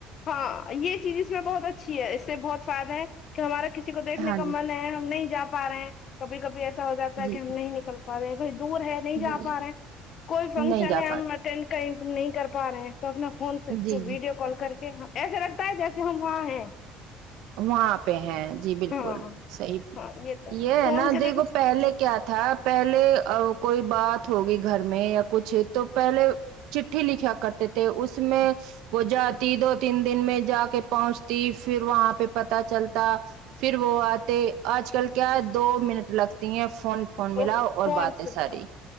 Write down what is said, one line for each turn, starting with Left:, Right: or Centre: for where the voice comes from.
Left: ہاں یہ چیز اس میں بہت اچھی ہے اس سے بہت فائدہ ہے کہ ہمارا کسی کو دیکھنے
Right: ہاں
Left: کا
Right: جی
Left: من ہے ہم نہیں جا پا رہے ہیں کبھی کبھی ایسا ہو جاتا ہے
Right: جی
Left: کہ ہم نہیں نکل پا رہے ہیں کہیں دور ہے نہیں جا
Right: جی
Left: پا رہے ہیں کوئی فنکشن
Right: نہیں جا
Left: ہے ہم
Right: پاتے
Left: اٹینڈ کئیں نہیں کر پا رہے ہیں تو اپنا فون سے
Right: جی جی
Left: ویڈیو کال کر کے ایسا لگتا ہے جیسے ہم وہاں ہیں
Right: وہاں پہ ہیں جی بالکل
Left: ہاں
Right: صحیح
Left: ہاں تو
Right: یہ ہے
Left: فون
Right: نا
Left: کے
Right: دیکھو پہلے کیا تھا پہلے ا کوئی بات ہوگئی گھر میں یا کچھ تو پہلے چٹھی لکھیا کرتے تھے اس میں وہ جاتی دو تین دن میں جا کے پہچتی پھر وہاں پہ پتا چلتا پھر وہ آتے آج کل کیا ہے دو منٹ لگتی ہیں فون فون
Left: پو
Right: ملاؤ اور
Left: پہنچ
Right: باتیں
Left: سے
Right: ساری
Left: باہر